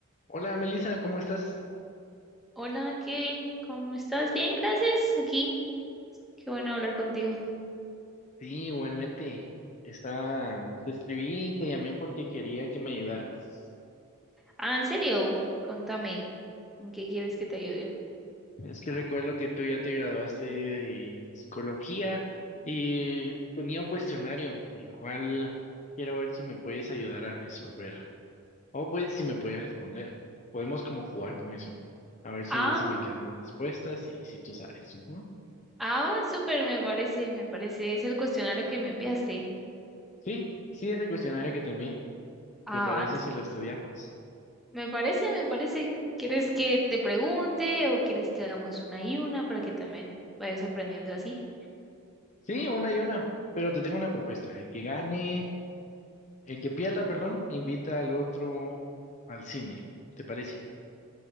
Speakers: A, on the left (about 35°); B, in the centre.
A: Hola Melissa, ¿cómo estás?
B: Hola Kevin, ¿cómo estás? Bien, gracias. Aquí, qué bueno hablar contigo.
A: Sí, igualmente. Estaba, te escribí y te llamé porque quería que me ayudaras.
B: Ah, en serio, contame, ¿en qué quieres que te ayude?
A: Es que recuerdo que tú ya te graduaste de psicología y tenía un cuestionario, el cual quiero ver si me puedes ayudar a resolver. O pues si me puedes responder. Podemos como jugar con eso. A ver si
B: Ah,
A: se me quedan las respuestas y si tú sabes. Ujú.
B: ah, va, súper, me parece, me parece. Es el cuestionario que me enviaste.
A: Sí, sí, ese cuestionario que te envié.
B: Ah,
A: ¿Te parece
B: antes.
A: si lo estudiamos?
B: Me parece, me parece. ¿Quieres que te pregunte o quieres que hagamos una y una para que también vayas aprendiendo así?
A: Sí, una y una, pero te tengo una propuesta. El que gane, el que pierda, perdón, invita al otro al cine. ¿Te parece?